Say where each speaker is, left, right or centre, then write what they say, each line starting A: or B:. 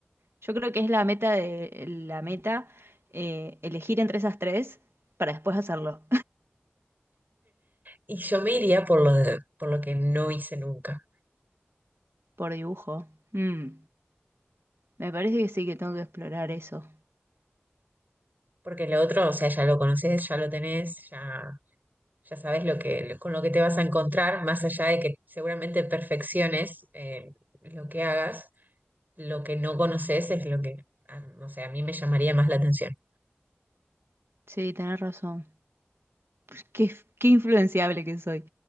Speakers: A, on the right; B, on the right.
A: Yo creo que es la meta de la meta eh, elegir entre esas tres para después hacerlo.
B: Y yo me iría por lo de- por lo que no hice nunca.
A: <laughs> Por dibujo. Mm, Me parece que sí, que tengo que explorar eso.
B: Porque lo otro, o sea, ya lo conoces, ya lo tenés, ya, ya sabes lo que, lo- con lo que te vas a encontrar, más allá de que seguramente perfecciones eh, lo que hagas, lo que no conoces es lo que, ah, no sé, a mí me llamaría más la atención.
A: Sí, tenés razón. Pues, Qué, qué influenciable que soy.